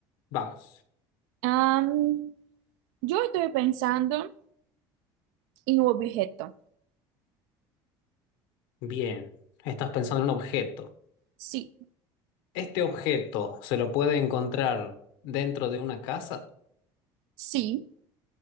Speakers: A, on the left (about 80°); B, on the right (about 80°).
A: Vamos.
B: Am, yo estoy pensando en un objeto.
A: Bien. Estás pensando en un objeto.
B: Sí,
A: ¿Este objeto se lo puede encontrar dentro de una casa?
B: sí,